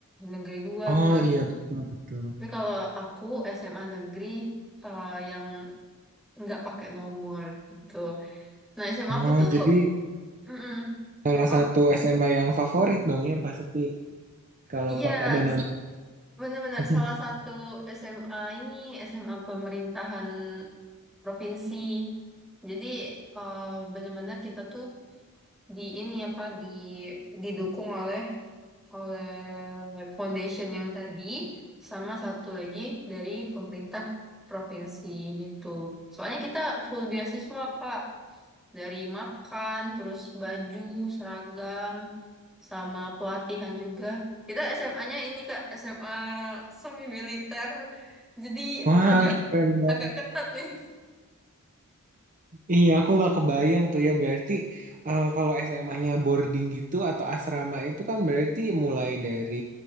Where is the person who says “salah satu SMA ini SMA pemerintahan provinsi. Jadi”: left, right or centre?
Centre